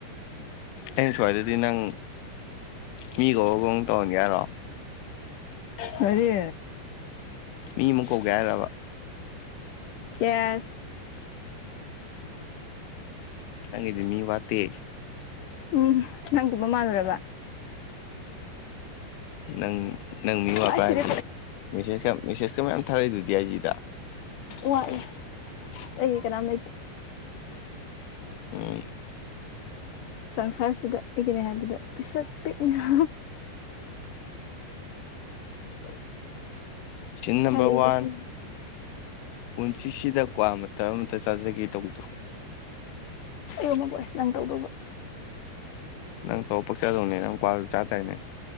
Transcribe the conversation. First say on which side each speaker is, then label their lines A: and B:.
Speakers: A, on the left; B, on the left.
A: ꯑꯩꯅ ꯁ꯭ꯋꯥꯏꯗꯗꯤ ꯅꯪ ꯃꯤ ꯀꯧꯕꯒ ꯇꯧꯔꯅꯤꯦꯔꯣ
B: ꯀꯔꯤ
A: ꯃꯤ ꯃꯨꯀꯣꯒꯦꯔꯕ
B: ꯑꯦꯁ
A: ꯅꯪꯒꯤꯗꯤ ꯃꯤ ꯋꯥꯇꯦ
B: ꯎꯝ ꯅꯪꯒꯨꯝꯕ ꯃꯥꯜꯂꯨꯔꯕ
A: ꯅꯪ ꯅꯪ ꯃꯤ ꯋꯥꯄ꯭ꯔꯥ
B: ꯑꯩ ꯁꯤꯗꯤ
A: ꯍꯥꯏꯁꯦ ꯃꯦꯁꯦꯁ ꯌꯥꯝ ꯃꯦꯁꯦꯁꯀ ꯃꯌꯥꯝ ꯊꯥꯔꯛꯏꯗꯨꯗꯤ ꯑꯥꯏ ꯖꯤ ꯗ
B: ꯋꯥꯠꯂꯦ ꯑꯩꯒꯤ ꯀꯅꯥꯝ ꯂꯩꯇꯦ
A: ꯎꯝ
B: ꯁꯪꯁꯥꯔꯁꯤꯗ ꯀꯩꯒꯤꯩꯅ ꯍꯥꯏꯕꯗ ꯄꯤꯁꯛ ꯄꯤꯛꯅ
A: <inaudible> ꯁꯤꯟ
B: ꯃꯈꯥꯗꯤ
A: ꯅꯝꯕꯔ
B: ꯑꯩꯁꯨ
A: ꯋꯥꯟ
B: ꯈꯪꯗꯦ
A: ꯄꯨꯟꯁꯤꯁꯤꯗ ꯀꯋꯥ ꯑꯃ ꯑꯃꯇ ꯆꯥꯖꯒꯦ ꯇꯧꯕꯗꯣ
B: ꯇꯉꯕꯣꯏ ꯅꯪ ꯇꯧꯗꯧꯕ
A: ꯅꯪ ꯇꯧꯕꯅꯥ ꯄꯛꯆꯗꯧꯅꯦ ꯅꯪ ꯀ꯭ꯋꯥꯗ ꯆꯥꯗꯔꯤꯅꯦ